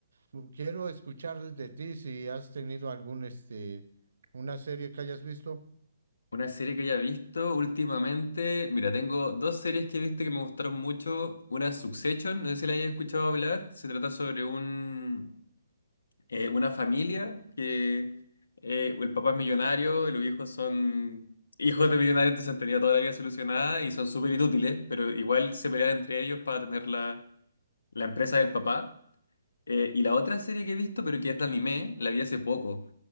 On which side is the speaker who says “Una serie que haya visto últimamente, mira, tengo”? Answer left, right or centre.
Left